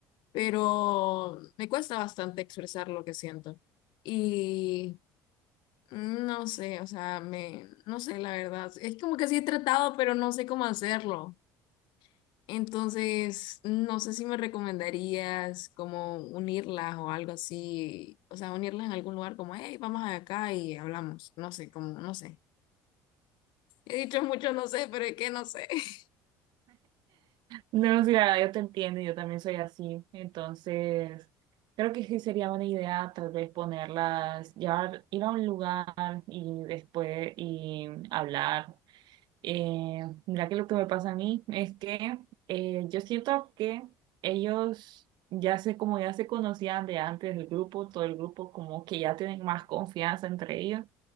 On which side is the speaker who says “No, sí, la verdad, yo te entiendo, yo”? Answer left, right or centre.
Right